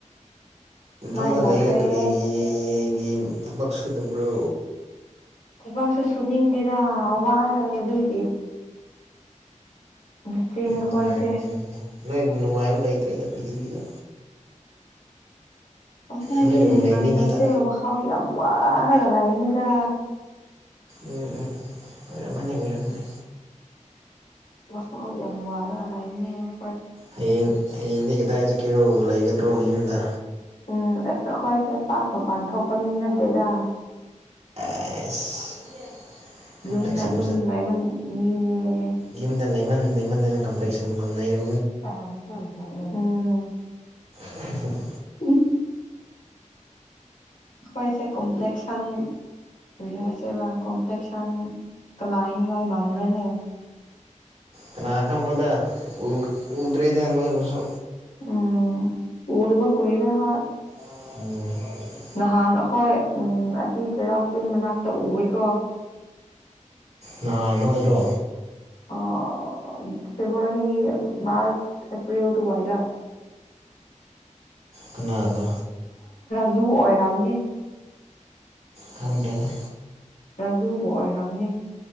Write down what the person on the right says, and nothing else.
ꯏꯝꯐꯥꯜꯗ
ꯂꯩꯌꯦ ꯀꯔꯤꯒꯤ ꯒꯤ ꯊꯕꯛ ꯁꯨꯗꯕ꯭ꯔꯣ
ꯌꯥꯝ
ꯅꯨꯡꯉꯥꯏꯔꯤꯅꯦ ꯅꯣꯏꯗꯤ ꯅꯣꯏꯒꯨꯝ ꯅꯨꯡꯉꯥꯏꯕ ꯂꯩꯇ꯭ꯔꯦꯅꯦ ꯄ꯭ꯔꯤꯊꯤꯕꯤꯗ
ꯅꯣꯏꯒꯨꯝꯕ
ꯂꯩꯅꯤꯡꯉꯤꯗ
ꯎꯝ ꯎꯝ ꯎ ꯂꯩꯔꯝꯃꯅꯤ ꯑꯣꯏꯔꯝꯃꯅꯤ
ꯍꯌꯦꯡ ꯍꯌꯦꯡꯗꯤ ꯀꯗꯥꯏ ꯆꯠꯈꯤꯔꯣ ꯂꯩꯒꯗ꯭ꯔꯣ ꯌꯨꯝꯗ
ꯑꯦꯁ
ꯀꯝꯄ꯭ꯂꯦꯛꯁꯟ
ꯌꯨꯝꯗ ꯂꯩꯃꯟ ꯂꯩꯃꯟꯗꯅ ꯀꯝꯄ꯭ꯂꯦꯛꯁꯟꯒꯨꯝ ꯅꯩꯔ
ꯎꯍꯨ ꯎꯍꯨ
ꯀꯅ ꯈꯪꯕꯅꯣꯗ ꯎ ꯎꯗ꯭ꯔꯦꯗ ꯅꯣꯏꯕꯨꯁꯨ
ꯎꯝ
ꯅꯍꯥꯟ ꯅꯣꯏꯔꯣ
ꯀꯅꯥꯒ
ꯈꯪꯗꯦꯗ